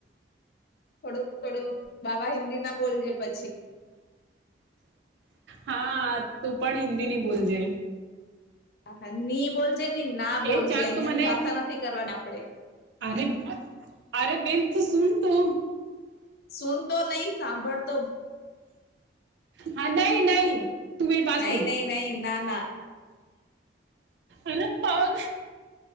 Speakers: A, on the left; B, on the right.
A: થોડુંક થોડુંક બાવા હિન્દી ના બોલજે પછી.
B: હા તું પણ હિન્દી નની બોલજે.
A: ા ની બોલજે ની ના બોલજે
B: એ ચાલ
A: અહિયાંની
B: તો મને
A: ભાષા નથી કરવાની આપડે.
B: અરે અરે બેન તું સુન તો.
A: સુન તો નહી સાંભળ
B: હા નહી નહી. તુ પાસન
A: નહી નહી નહી ના ના
B: અને પાલ